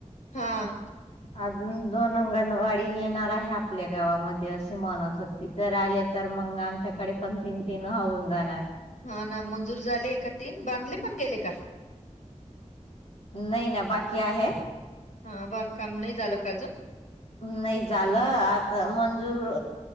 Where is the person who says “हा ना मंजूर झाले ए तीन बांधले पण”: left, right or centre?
Left